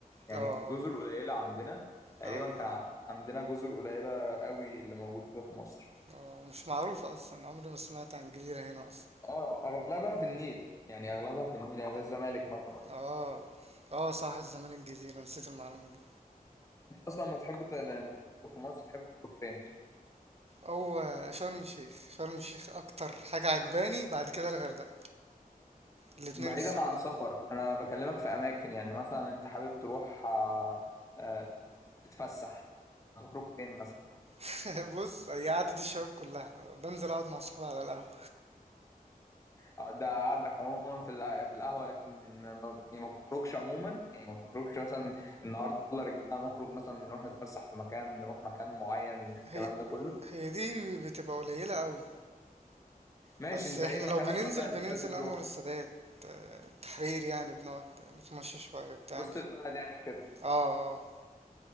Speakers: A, on the left; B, on the right.
A: يعني
B: اه آه.
A: الجزر قليلة عندنا تقريبا
B: اه
A: كان ع- عندنا جزر قليلة قوي اللي موجودة في مصر
B: اه مش معروفة اصلا عمري ما سمعت عن جزيرة هنا اصلا
A: اه اغلبها في النيل يعني اغلبها في النيل يعني زي الزمالك مثلا
B: اه اه صح الزمالك الجزيرة نسيت المعلومة دي
A: انت اصلا لما تحب ت- لما تخرج في مصر تحب تخرج فين
B: او آه، شرم الشيخ شرم الشيخ اكتر حاجة عجباني بعد كده الغردقة الاتنين
A: بعيدا
B: الصراحة
A: عن سفر انا بكلمك في اماكن يعني مثلا انت حابب تروح آه، آه، تتفسح تخرج فين مثلا
B: <laughs> بص هي قعدة الشباب كلها بنزل اقعد مع صحابي على القهوة
A: آه، ده قعدك عموما في الع- في القهوه لكن ما يعني ما بتخرجش عموما يعني ما بتخرجش مثلا النهارده يلا رجاله هنخرج مثلا نروح نتفسح في مكان نروح مكان معين الكلام
B: هي
A: ده كله
B: هي دي بتبقى قليلة قوي
A: ماشي
B: بس
A: انت
B: احنا
A: ايه مكانك
B: لو بننزل
A: مثلا اللي
B: بننزل
A: تحب
B: انور
A: تروح
B: السادات آه، التحرير يعني بنقعد نتمشى شوية بتاع
A: وسط البلد يعني وكده
B: اه اه